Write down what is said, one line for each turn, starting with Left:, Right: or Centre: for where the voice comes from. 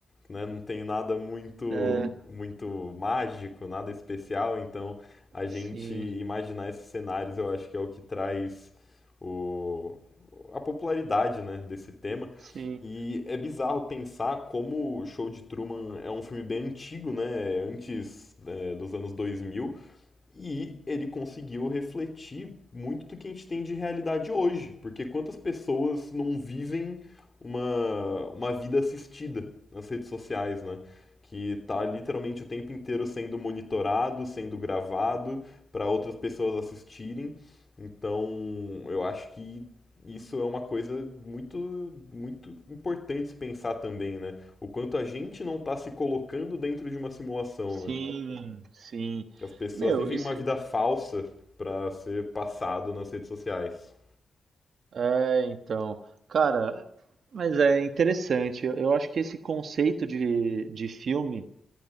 Left: né? Não tem nada muito
Right: É,
Left: muito mágico, nada especial, então a gente
Right: sim,
Left: imaginar esses cenários, eu acho que é o que traz o, a popularidade, né, desse tema.
Right: sim,
Left: E é bizarro pensar como o Show de Truman é um filme bem antigo, né? Antes, é, dos anos 2000 e ele conseguiu refletir muito do que a gente tem de realidade hoje, porque quantas pessoas não vivem uma, uma vida assistida nas redes sociais, né? Que está literalmente o tempo inteiro sendo monitorado, sendo gravado para outras pessoas assistirem. Então, eu acho que isso é uma coisa muito muito importante se pensar também, né? O quanto a gente não está se colocando dentro de uma simulação,
Right: sim,
Left: né?
Right: sim.
Left: que as pessoas
Right: Meu,
Left: vivem
Right: isso.
Left: uma vida falsa pra ser passado nas redes sociais.
Right: É, então. Cara, mas é interessante. Eu eu acho que esse conceito de, de filme.